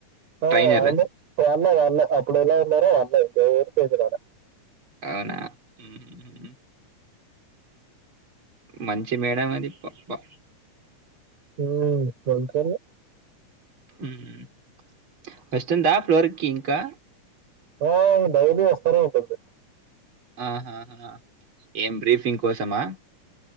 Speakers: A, on the right; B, on the right.
A: ఆ
B: ట్రైనర్
A: వాళ్ళే వాళ్ళే వాళ్ళే అప్పుడ ఎలా ఉన్నరో వాళ్ళే <unintelligible> ఆడ
B: అవునా మ్ మంచి మేడం అది ప్
A: ఉమ్, అంతేలే.
B: మ్ వస్తుందా ఫ్లోర్కి ఇంకా
A: ఆ డైలీ వస్తానే ఉంటుంది
B: ఆహాహా ఏం బ్రీఫింగ్ కోసమా